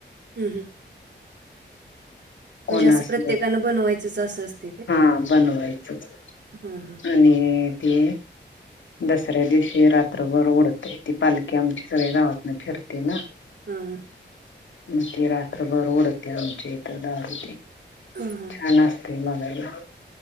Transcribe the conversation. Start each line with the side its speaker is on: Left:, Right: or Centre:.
Right: हम् हम
Left: कोणा
Right: म्हणजे असं
Left: अस
Right: प्रत्येकानं बनवायचंच असं असते काय
Left: हा बनवायचंच
Right: हा हा
Left: आणि ते दसऱ्या दिवशी रात्रभर ओडते ती पालखी आमची सगळ गावातन फिरते ना
Right: हा हा
Left: मग ते रात्रभर ओडते आमचे इथ दार होते
Right: हा हा
Left: छान असते मघाला